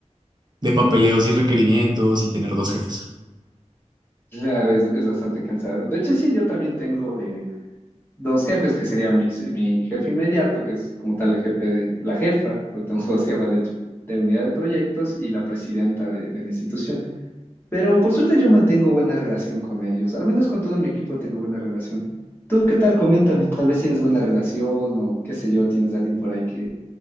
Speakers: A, on the right; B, on the left.
A: de papeleos y requerimientos y tener dos jefes.
B: Claro, es, es bastante cansado. De hecho, sí, yo también tengo eh, dos jefes, que sería mi, mi jefe inmediato, que es como tal el jefe de, la jefa, porque tengo <laughs> dos jefas, de hecho, de unidad de proyectos y la presidenta de de la institución. Pero por suerte yo mantengo buena relación con ellos, al menos con todo mi equipo tengo buena relación. ¿Tú qué tal? Coméntame, tal vez tienes buena relación o qué sé yo, tienes a alguien por ahí que,